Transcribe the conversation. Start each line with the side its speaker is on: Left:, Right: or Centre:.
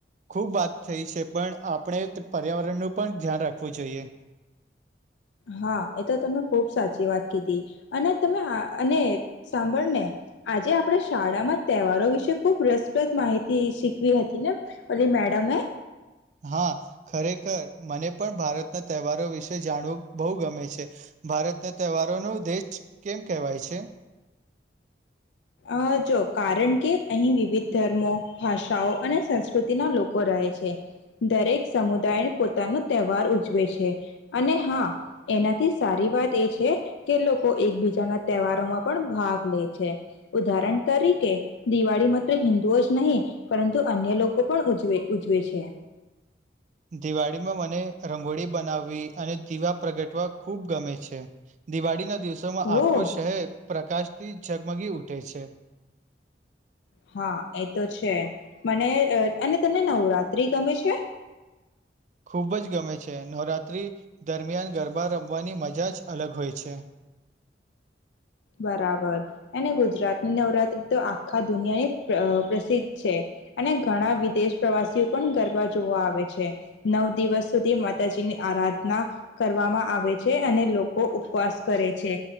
Right: ખુબ વાત થઈ છે, પણ આપણે પર્યાવરણનું પણ ધ્યાન રાખવું જોઈએ.
Left: હા, એ તો તમે ખુબ સાચી વાત કીધી અને તમે અને સાંભળ ને આજે આપણે શાળામાં તહેવારો વિશે ખૂબ રસપ્રદ માહિતી શીખવી હતી, ને ઓલી મેડમે?
Right: હા, ખરેખર મને પણ ભારતના તહેવારો વિશે જાણવું બહુ ગમે છે, ભારતના તહેવારોનો દેશ કેમ કહેવાય છે.
Left: અ જો કારણ કે અહીં વિવિધ ધર્મો ભાષાઓ અને સંસ્કૃ કૃતિના લોકો રહે છે, દરેક સમુદાય પોતાનો તહેવાર ઉજવે છે અને હા એનાથી સારી વાત એ છે કે લોકો એકબીજાના તહેવારોમાં પણ ભાગ લે છે, ઉદાહરણ તરીકે દિવાળી માત્ર હિન્દુઓ જ નહીં પરંતુ અન્ય લોકો પણ ઉજવે ઉજવે છે,
Right: દિવાળીમાં મને રંગોળી બનાવવી અને દીવા પ્રગટવા ખુબ ગમે છે, દિવાળીને દિવસોમાં
Left: ઓ
Right: આખો શહેર પ્રકાશથી ઝગમગી ઊઠે છે,
Left: હા, એ તો છે મને અને તને નવરાત્રી ગમે છે?
Right: ખૂબ જ ગમે છે, નવરાત્રી દરમિયાન ગરબા રમવાની મજા જ અલગ હોય છે,
Left: બરાબર અને ગુજરાતની નવરાત્રી તો આખા દુનિયાની પ્રસિદ્ધ છે, અને ઘણા વિદેશ પ્રવાસીઓ પણ ગરબા જોવા આવે છે નવ દિવસ સુધી માતાજીની આરાધના કરવામાં આવે છે અને લોકો ઉપવાસ કરે છે,